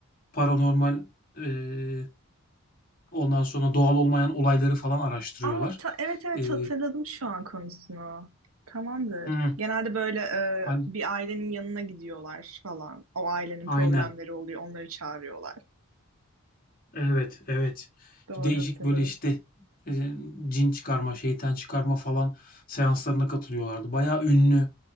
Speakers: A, on the left; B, on the right.
A: paranormal eee Ondan sonra doğal olmayan olayları falan araştırıyorlar.
B: Aa, ta- evet evet
A: Ee,
B: hatırladım şu an konusunu. Tamamdır.
A: hı,
B: Genelde böyle e,
A: hani,
B: bir ailenin yanına gidiyorlar falan. O ailenin
A: aynen.
B: problemleri oluyor, onları çağırıyorlar.
A: Evet, evet.
B: Doğru
A: Değişik
B: hatırladım.
A: böyle işte e, cin çıkarma, şeytan çıkarma falan seanslarına katılıyorlardı. Bayağı ünlü